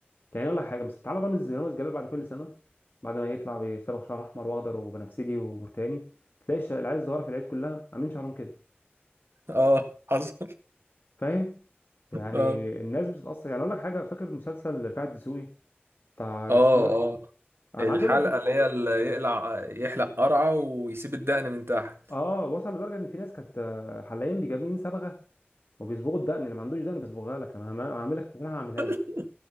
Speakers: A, on the left; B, on the right.
A: يعني اقول لك حاجه بس تعالى رامز رامز جلال بعد كل سنه بعد ما يطلع بيصبغ شعر احمر واخضر وبنفسجي وبرتاني تلاقي الش- العيال الصغيره في العيد كلها عاملين شعرهم كده
B: اه حصل <laughs>
A: فاهم يعني
B: اه
A: الناس بتتاثر يعني اقول لك حاجه فاكر مسلسل رفاعي الدسوقي بتاع الاسطوره
B: اه اه
A: انا
B: الحلقة
A: عايز اقول لك
B: اللي هي اللي يقلع يحلق قرعة ويسيب الدقن من تحت
A: اه وصل لدرجه ان في ناس كانت آه، حلاقين بيجابين صبغه وبيصبغوا الدقن اللي ما عندوش دقن بيصبغها لك انا هعم- هعمل- هعملها لك تكون هعملها
B: <laughs>
A: لك